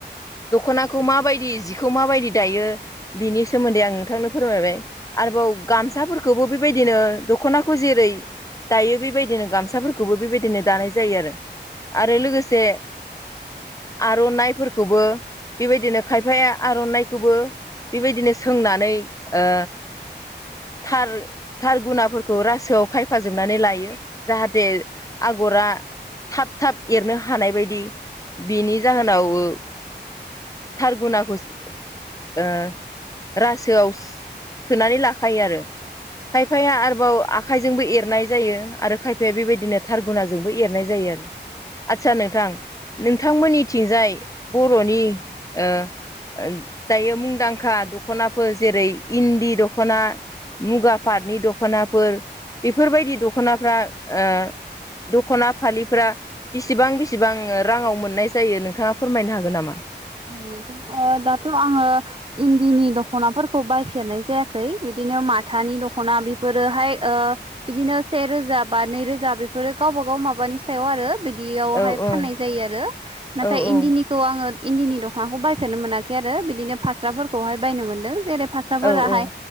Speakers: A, on the left (about 20°); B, on the right (about 30°).
A: दख'नाखौ माबायदि जिखौ माबायदि दायो बिनि सोमोन्दै आं नोंथांनो फोरमायबाय आरोबाव गामसाफोर खौबो बेबायदिनो दख'नाखौ जेरै दायो बेबायदिनो गामसाफोरखौबो बेबायदिनो दानाय जायो आरो आरो लोगोसे आर'नाइफोरखौबो बेबायदिनो खायफाया आर'नाइखौबो बेबायदिनो सोंनानै ओ थार थार गुनाफोरखौ रासोआव खायफाजोबनानै लायो। जाहाथे आगरा थाब थाब एरनो हानाय बायदि बेनि जाहोन नाव ओ थारगुनाखौ ओ रासोआव सोनानै लाखायो आरो। खायफाया आरोबाव आ खायजोंबो एरनाय जायो आरो खायफाया बेबायदिनो थारगुनााजोंबो एरनाय जायो आरो। आतसा नोंथां नोंथांमोननिथिंजाय बर'नि ओ अम दायो मुंदांखा दख'नाफोर जेरै इन्दि दख'ना मुगा पाटनि दख'नाफोर बेफोरबायदि दख'नाफ्रा ओ दख'ना फालिफ्रा बिसिबां बिसिबां ओ राङाव मोननाय जायो नोंथाङा फोरमायनो हागोन नामा।
B: ओ दाथ' आङो इन्दिनि दख'नाफोरखौ बायफेरनाय जायाखै बिदिनो माथानि दख'ना बेफोरोहाय ओ बिदिनो से रोजा बा नै रोजा बेफोरो गावबा गाव माबानि सायाव आरो। बिदियावहाय
A: औ औ
B: फाननाय जायो आरो नाथाय
A: औ औ
B: इन्दिनिखौ आङो इन्दिनि दखनाखौ बायफेरनो मोनाखै आरो बिदिनो फास्राफोरखौहाय बायनो मोन्दों जेरै फा स्राफोरा
A: औ औ
B: हाय